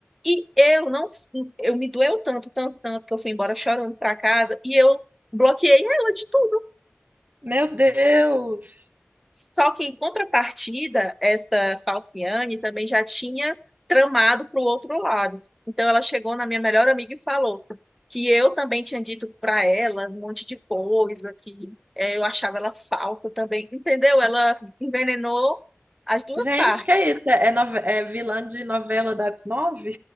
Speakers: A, in the centre; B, on the right.
A: E eu não, eu me doeu tanto, tanto, tanto, que eu fui embora chorando para casa e eu bloqueei ela de tudo.
B: Meu Deus!
A: Só que, em contrapartida, essa Falciane também já tinha tramado para o outro lado. Então, ela chegou na minha melhor amiga e falou que eu também tinha dito para ela um monte de coisa, que eh, eu achava ela falsa também. Entendeu? Ela envenenou as duas
B: Gente,
A: partes.
B: que é isso? É, é nove- é vilã de novela das nove?